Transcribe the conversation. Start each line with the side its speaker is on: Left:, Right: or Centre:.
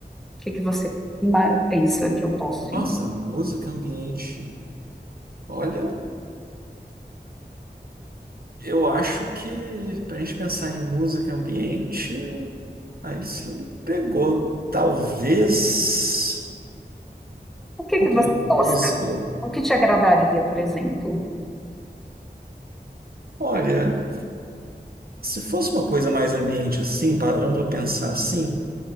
Centre: que, que você ima- pensa que eu posso
Right: nossa,
Centre: ir?
Right: música, ambiente. Olha, eu acho que para a gente pensar em música, ambiente. Aí você me pegou, talvez,
Centre: O que,
Right: alguma
Centre: que você gosta?
Right: coisa.
Centre: O que te agradaria, por exemplo?
Right: Olha, se fosse uma coisa mais ambiente assim, parando para pensar assim,